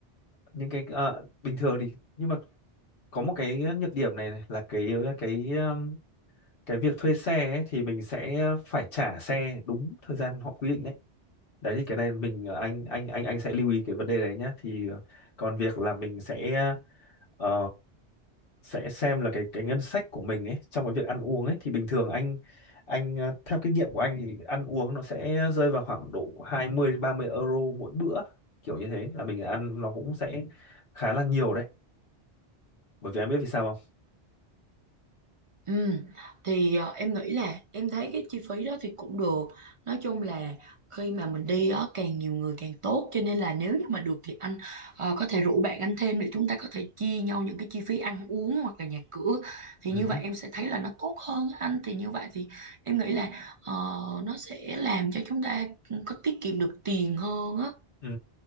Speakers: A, on the left; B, on the right.
A: những cái ờ, bình thường thì nhưng mà có một cái nhược điểm này, này là cái ờ, cái ờm, cái việc thuê xe ấy, thì mình sẽ phải trả xe đúng thời gian họ quy định đấy. Đấy thì cái này mình ờ, anh anh anh anh sẽ lưu ý cái vấn đề đấy nhé. Thì ờ, còn việc là mình sẽ ờ, sẽ xem là cái cái ngân sách của mình ấy trong cái việc ăn uống ấy thì bình thường anh anh ờ, theo kinh nghiệm của anh thì ăn uống nó sẽ rơi vào khoảng độ 20 đến 30 euro mỗi bữa kiểu như thế là mình ăn nó cũng sẽ khá là nhiều đấy bởi vì em biết vì sao không
B: Ừ, thì ờ, em nghĩ là em thấy cái chi phí đó thì cũng được nói chung là khi mà mình đi á càng nhiều người càng tốt cho nên là nếu như mà được thì anh ờ, có thể rủ bạn anh thêm để chúng ta có thể chia nhau những cái chi phí ăn uống hoặc là nhà cửa thì
A: ừ
B: như
A: hứ,
B: vậy em sẽ thấy là nó tốt hơn á anh thì như vậy thì em nghĩ là ờ, nó sẽ làm cho chúng ta ừ, có tiết kiệm được tiền hơn á
A: ừ.